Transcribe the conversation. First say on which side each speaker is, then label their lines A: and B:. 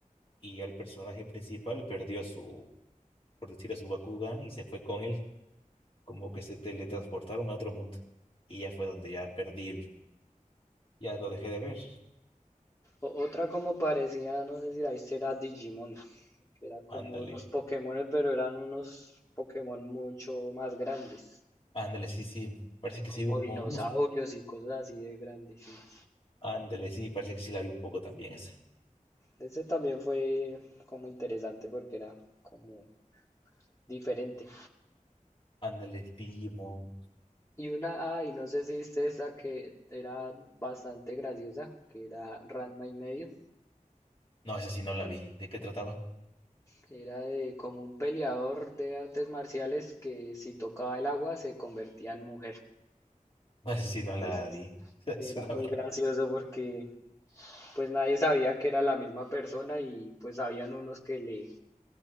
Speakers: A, on the left; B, on the left.
A: Y el personaje principal perdió a su, por decir, a su Bakugan y se fue con él, como que se teletransportaron a otro mundo. Y ya fue donde ya perdí el, ya lo dejé de ver.
B: O- otra como parecía, no sé si la viste, era Digimon, que era como
A: Ándale,
B: los Pokémon, pero eran unos Pokémon mucho más grandes,
A: ándale, sí, sí, parece que
B: como
A: sí, vi un,
B: dinosaurios
A: mo- unos,
B: y cosas así de grandísimas.
A: ándale, sí, parece que sí la vi un poco también esa.
B: Ese también fue como interesante porque era como diferente.
A: Ándale, Digimon.
B: Y una, ay, no sé si viste esa que era bastante graciosa, que era Ranma y medio.
A: No, esa sí no la vi. ¿De qué trataba?
B: que Era de como un peleador de artes marciales que si tocaba el agua se convertía en mujer.
A: No, <laughs> esa sí no
B: Entonces
A: la vi. <laughs> Es
B: era
A: una ver.
B: muy gracioso porque pues nadie sabía que era la misma persona y pues habían unos que le,